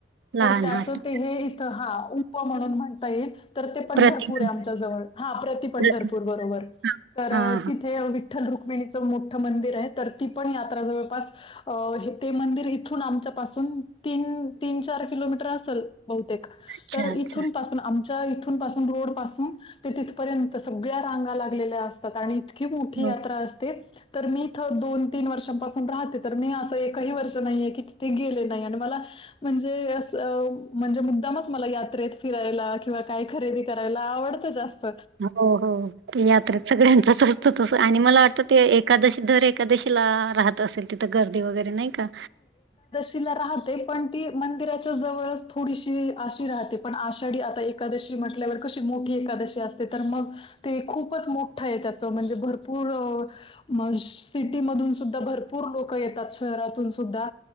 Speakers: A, on the right (about 75°); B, on the left (about 30°).
A: लहान
B: तर त्याच
A: हात.
B: ते हे ते हा उप म्हणून म्हणता येईल. तर ते पंढरपूर
A: प्रतीक
B: आहे आमच्या जवळ हा प्रति पंढरपूर
A: प्रतीक.
B: बरोबर,
A: हां.
B: तर
A: हां, हां.
B: तिथे विठ्ठल रुक्मिणीचं मोठं मंदिर आहे तर ती पण यात्रा जवळपास अ हे ते मंदिर इथून आमच्या पाासून तीन, तीन-चार किलोमीटर असल. बहुतेक
A: अच्छा,
B: तर
A: अच्छा.
B: इथून पासून आमच्या इथून पासून रोड पासून ते तिथपर्यंत सगळ्या रांगा लागलेल्या असतात आणि इतकी मोठी
A: हो.
B: यात्रा असते तर मी इथं दोन-तीन वर्षांपासून राहते तर मी असं एकही वर्ष नाही आहेे की तिथे गेले नाही आणि मला म्हणजे अस म्हणजे मुद्दामच मला यात्रेत फिरायला किंवा काय खरेदी करायला आवडतं जास्त.
A: हो हो, यात्रेत सगळ्यांचच असत तस आणि मला वाटतं ते एकादशी दर एक कादशीला राहत असेल तिथं गर्दी वगैरे नाही का?
B: तिला राहते पण ती मंदिराच्या जवळ थोडीशी आशी राहते पण आषाढी आता एकादशी म्हटल्यावर कशी मोठी एकादशी असते तर मग ते खूपच मोठं आहे त्याचं म्हणजे भरपूर म सिटी मधून सुद्धा भरपूर लोक येतात शहरात तून सुधा